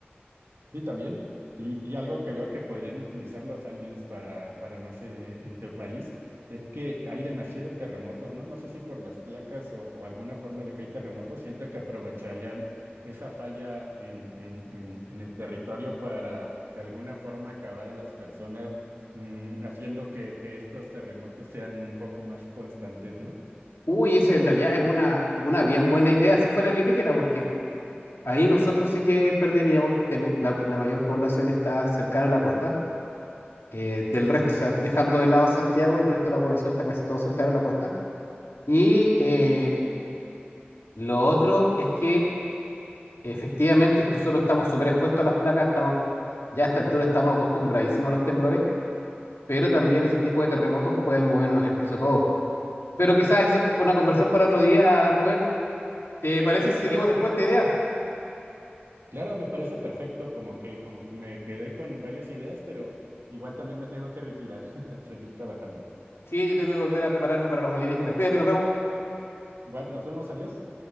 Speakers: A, on the right; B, on the left.
A: Sí, también. Y, y algo que veo que podrían utilizar los aliens para, para, no sé, en tu país, es que hay demasiados terremotos, ¿no? No sé si por las placas o, o alguna forma de que hay terremotos, siento que aprovecharían esa falla en, en, en, en el territorio para de alguna forma acabar a las personas, mm, haciendo que, que estos terremotos sean un poco más constantes, ¿no?
B: Uy, esa en realidad es una, una bien buena idea si fuera alienígena, porque Ahí nosotros sí que perderíamos, ten- la, la mayor población está cercana a la costa, eh, del
A: Sí.
B: resto, o sea, dejando de lado Santiago, el resto de la población está casi todo cercano a la costa. Y eh, lo otro es que efectivamente nosotros estamos súper expuestos a las placas, estamos, ya a esta altura estamos acostumbradísimos a los temblores, pero también
A: Ujú.
B: ese tipo de terremotos pueden movernos el piso todo. Pero quizás eso fue una conversación para otro día, Rubén. ¿Te parece
A: Claro,
B: si seguimos
A: claro.
B: después esta idea?
A: Claro, me parece perfecto, como que, como que me quedé con varias ideas, pero igual también me tengo que retirar <laughs> a seguir trabajando.
B: Sí, yo tengo que volver a prepararme para los alienígenas. Cuídate, nos vemos.
A: Igual, nos vemos, adiós.